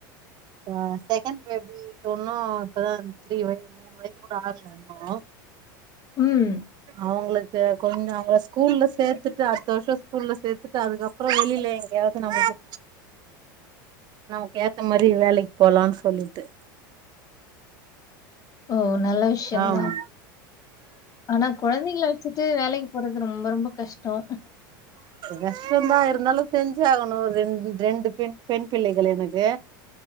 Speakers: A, on the right; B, on the left.
A: இப்ப செகெண்ட் பேபி <unintelligible> இப்பதா த்ரீ வய மூனு வயசு கூட ஆகல இன்னோ
B: ம்
A: அவுங்களுக்கு கொஞ்சோ அவுங்கள ஸ்கூல்ல சேத்துட்டு அடுத்த வர்ஷோ ஸ்கூல்ல சேத்துட்டு அதுக்கப் அப்றோ வெளில எங்கயாது நமக்கு நமக்கு ஏத்த மாரி ரி வேலைக் போலான் சொல்லிட்டு
B: ஓ நல்ல விஷ்யந்தா
A: ஆமா
B: ஆனா கொழந்தைங்கல வச்சுட்டு வேலக்கி போறது ரொம்ப ரொம்ப கஷ்டோ
A: கஷ்டந்தா இருந்தாலு செஞ்சு ஆகணு ரெண் ரெண்டு பெண் பெண் பிள்ளைகள் எனக்கு